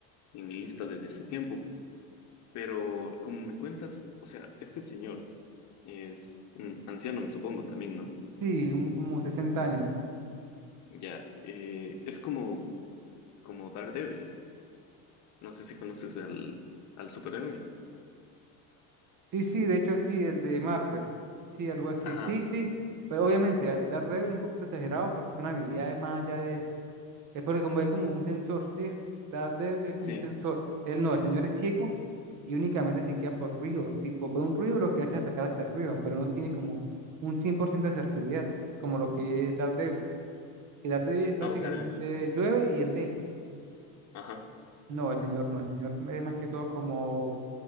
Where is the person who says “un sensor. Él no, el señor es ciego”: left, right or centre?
Right